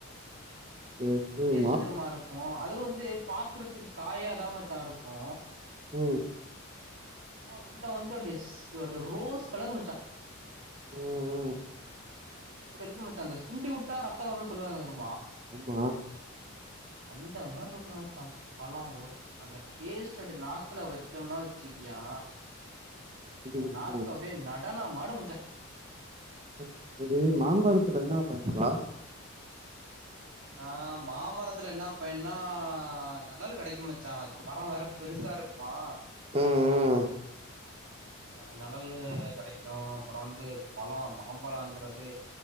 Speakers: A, on the right (about 30°); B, on the right (about 65°).
A: ம் ம்
B: ஷ்டத்தரமா இருக்கு அது வந்து ப பாக்கறதுக்கு காயாதா மச்சா இருக்கு
A: ம்
B: ஆ உள்ள வந்துஸ் ஒரு ரோஸ் கலரு மச்சா
A: ம் ம்
B: அப்பிடி இருக்கு மச்சான் அந்த சுண்டி விட்டா ரத்தம் வருனு சொல்லுவாங்க தர
A: ம்
B: அந்த மாரி இருக்குமாச்சா பழம் ஒரு அந்த டேஸ்ட் அப்பிடி நாக்கல வச்சோம்னா வச்சிக்கியா
A: அப்டி இருக்குமோ
B: நாக்கு அப்பிடே நக் நடனம்மாடும் மச்சா
A: ம் சேரி மாம்பழத்துல என்ன பயன் ரா
B: ஆ மாமரத்துல என்ன பையன்னா நழல் கெடைக்குமாச்சா மரம் வேற பெருசா இருக்குமா
A: ம் ம்
B: அ நிழல்லு கெடைக்கு அப்புறோ வந்து பழம் மாம்பழம்ங்கிறது